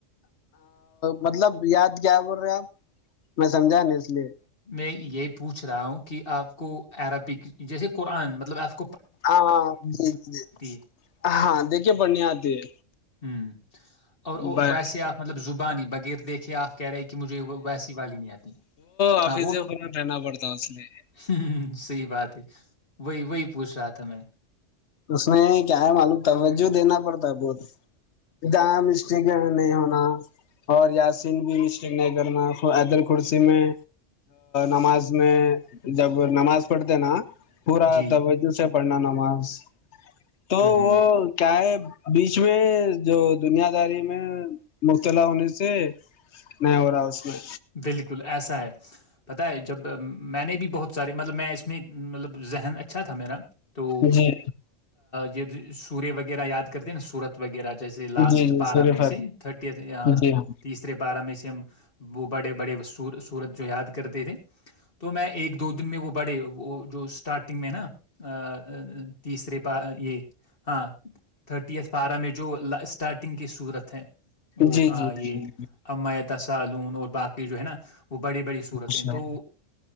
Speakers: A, on the left (about 65°); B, on the left (about 45°).
A: مطلب یاد کیا بول رہے آپ میں سمجھا نہیں اس لیے
B: میں یہ پوچھ رہا ہوں کہ آپ کو عربک جیسے قرآن مطلب آف
A: ہاں جی جی
B: ہے؟
A: ہاں دیکھیے پڑھنی آتی ہے
B: ہ اور
A: بائے
B: ویسے آپ مطلب زبانی بغیر دیکھیے آپ کہہ رہے کہ مجھے ویسی والی نہیں آتی
A: آفس
B: ہاں وہ
A: خنا رہنا پڑتا اس لیے
B: ہ صحیح بات ہے وہی وہی پوچھ رہا تھا میں
A: اس میں کیا ہے معلوم توجہ دینا پڑتا ہے بہت جہاں مسٹیک نہیں ہونا اور یاسین بھی مسٹیک نہیں کرنا ایدل خورسی میں نماز میں جب نماز پڑھتے نا پورا
B: جی،
A: جس سے پڑھنا نماز <unintelligible>
B: ہوں، ہوں،
A: بیچ میں جو دنیاداری میں مبتلا ہونے سے نہیں ہو رہا اس میں
B: بالکل ایسا ہے پت ہے جب میں نے بھی بہت سارے مطلب میں اس میں اس میں مطلب ذہن اچھا تھا میرا تو
A: جی
B: یہ سورے وغیرہ یاد کر کرتے ہیں صورت وغیرہ جیسے لاسٹ
A: جی جی
B: پارا
A: صرف
B: میںی سے تھٹت
A: جی ہاں
B: تیسرے پارا میں سے ہم وہ بڑے بڑے سورت جو یاد کرتے تھے تو میں ایک دو دن میں وہ بڑے وہ جو اسٹارٹنگ میں نا <inaudible> تیسرے پا یہ ہاں تھرٹی ایتھ پارا میں جو لاسٹ ٹارٹنگ کی صورت ہے وہ
A: جی جی
B: یہ
A: جی
B: امایت س <unintelligible> باقی جو ہے نا وہ بڑی بڑی صورتیں
A: اچھا
B: تو